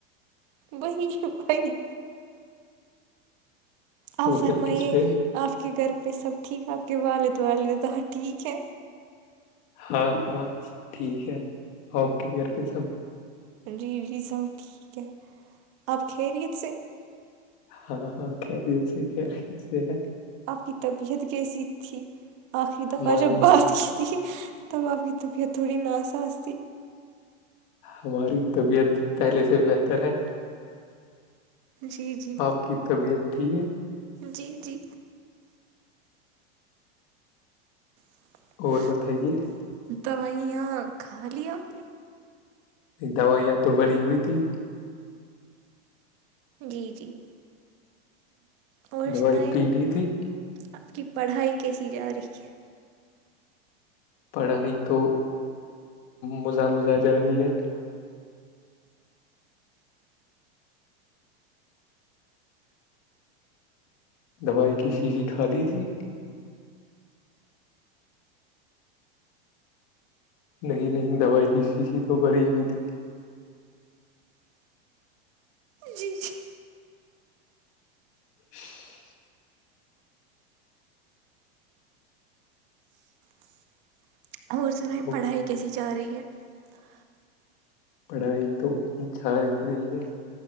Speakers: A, on the right; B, on the left.
A: وہی ہے بھائی
B: تو
A: آپ فرمائیے
B: پھر کس پہ
A: آپ کے گھر پہ سب ٹھیک ہے آپ کے والد والد تھا ٹھیک ہے
B: ہاں ہاں سب ٹھیک ہے آپ کے گھر پہ
A: جی جی سب ٹھیک کیا آپ خیریت سے
B: ہاں ہاں خیریت سے خیریت سے ہے
A: آپ کی طبیعت کیسی تھی آخری دفعہ
B: ہماری
A: جب بات کی تب آپ کی طبیعت تھوڑی ناسا ا استی
B: ہماری طبیعت پہلے سے بہتر ہے
A: جی جی
B: آپ کی طبیعت ت ہے
A: جی جی <inaudible>
B: اور بتائیے
A: د وہیں یہ کھا لیا آپ نے
B: نہیں دوائیاں تو بری ہوئی تھی
A: جی جی اور
B: دوائی
A: سنائ
B: پی لی تھی
A: آپ کی پڑھائی قثیر رکھ <unintelligible>
B: پڑھائی تو مزا مزہ جا رہی ہے <inaudible> دوائی کی شیشیں کھا لیی تھی نہیں نہیں دوائی کی شیشی تو بھری ہوئی تھی
A: جی جی
B: <inaudible>
A: <inaudible> ہوور سناائی
B: وہ
A: پڑھائی کیسی چا رہی یہ <unintelligible>
B: پڑھائی تو ا <unintelligible> رہی ہے